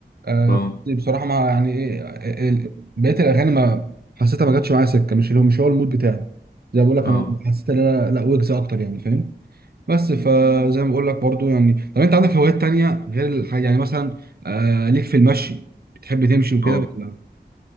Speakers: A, on the right (about 60°); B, on the left (about 60°).
A: آه
B: اه
A: بصراحه ما يعني ايه آه، ال- بقيه الاغاني ما حسيتها ما جاتش معايا سكه مش اللي هو مش هو المود بتاعي زي ما بقول لك انا
B: اه
A: حسيت ان انا لا ويجز اكتر يعني فاهم بس فزي ما بقول لك برضو يعني طب انت عندك هوايات تانية غير الحاجة يعني مثلا آه ليك في المشي بتحب تمشي وكده
B: اه
A: ولا